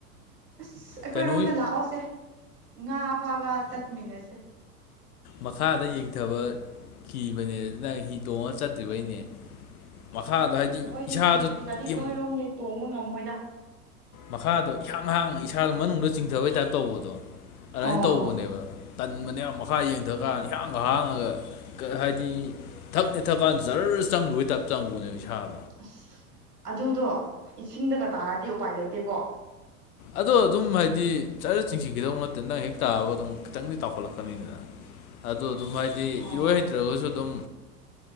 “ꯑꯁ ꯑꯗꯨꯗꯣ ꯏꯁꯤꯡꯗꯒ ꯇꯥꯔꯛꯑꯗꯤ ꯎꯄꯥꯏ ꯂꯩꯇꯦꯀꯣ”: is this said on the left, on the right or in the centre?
Right